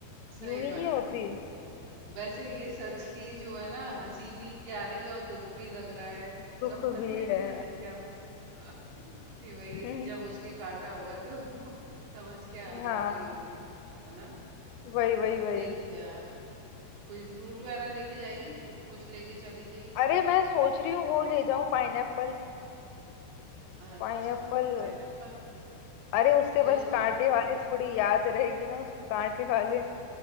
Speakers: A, on the right (about 85°); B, on the left (about 80°).
A: सही
B: यूं
A: बात
B: ही नहीं होती
A: है वैसे ये सच की जो है ना हंसी भी आ रही है और दुख भी लग रहा है
B: दुख
A: समझ
B: भी
A: में नहीं
B: है
A: आ रही क्या हुआ। <laughs> कि वही
B: हम्म
A: जब उसके काटा होगा तो <laughs> समझ क्या हालत
B: हाँ
A: हुई होगी है ना
B: वही वही
A: यार
B: वही
A: देख के आया ना कोई फ्रूट वगैरह लेके जाएगी फु- कुछ लेके चली जाइयो
B: अरे मैं सोच रही हूँ वो ले जाऊं पाइनएप्पल
A: अच्छा
B: पाइनएप्पल
A: पाइनएप्पल
B: अरे उससे
A: ले
B: बस
A: जा
B: कांटे वाले
A: और
B: थोड़ी
A: क्या
B: याद रहेगी ना उसको कांटे वाले